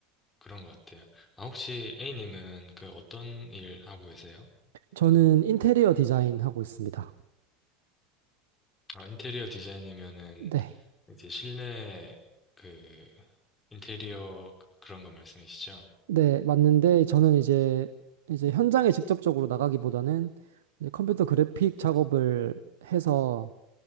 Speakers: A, on the left (about 20°); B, on the right (about 70°).
A: 그런 것 같아요. 아, 혹시 A님은 그 어떤 일 하고 계세요?
B: 저는 인테리어 디자인 하고 있습니다.
A: 어, 인테리어 디자인이면은
B: 네.
A: 이제 실내 그 인테리어 그런 거 말씀이시죠?
B: 네, 맞는데 저는 이제 이제 현장에 직접적으로 나가기보다는 이제 컴퓨터 그래픽 작업을 해서